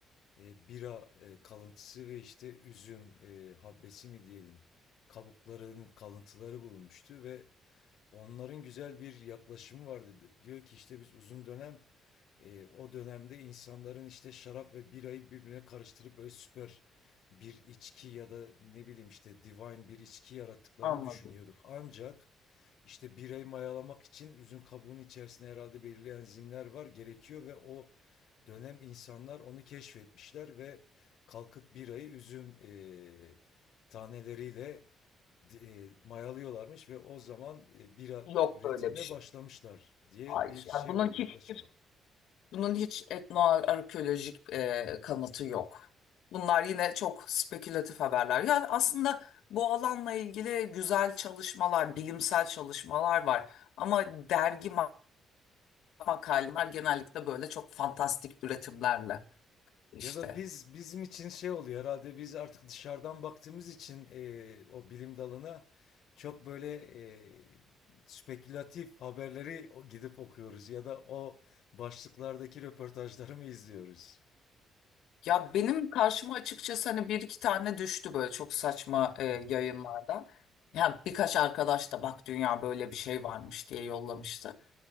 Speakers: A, on the left; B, on the left.
A: E, bira e, kalıntısı ve işte üzüm e, habbesi mi diyelim kabuklarının kalıntıları bulunmuştu ve Onların güzel bir yaklaşımı vardı. Diyor ki işte biz uzun dönem e, o dönemde insanların işte şarap ve birayı birbirine karıştırıp böyle süper bir içki ya da ne bileyim işte divine bir içki yarattıklarını
B: anladım.
A: düşünüyorduk. Ancak işte birayı mayalamak için üzüm kabuğunun içerisinde herhalde belirli enzimler var gerekiyor ve o dönem insanlar onu keşfetmişler ve kalkıp birayı üzüm e, taneleriyle e, mayalıyorlarmış ve o zaman e, bira
B: Yok
A: üretimine
B: böyle bir şey.
A: başlamışlar diye
B: Hayır.
A: bir şey
B: Yani bunun
A: var, yaklaşım
B: hiçbir
A: var.
B: Bunun hiç etnoarkeolojik e, kanıtı yok. Bunlar yine çok spekülatif haberler. Yani aslında bu alanla ilgili güzel çalışmalar, bilimsel çalışmalar var. Ama dergi ma- makaleler genellikle böyle çok fantastik üretimlerle işte.
A: Ya da biz bizim için şey oluyor herhalde biz artık dışarıdan baktığımız için e, o bilim dalına çok böyle e, spekülatif haberleri o- gidip okuyoruz ya da o başlıklardaki röportajları mı izliyoruz?
B: Ya benim karşıma açıkçası hani bir iki tane düştü böyle çok saçma e, yayınlardan.
A: Hı hı.
B: Ya birkaç arkadaş da bak dünya böyle bir şey varmış diye yollamıştı.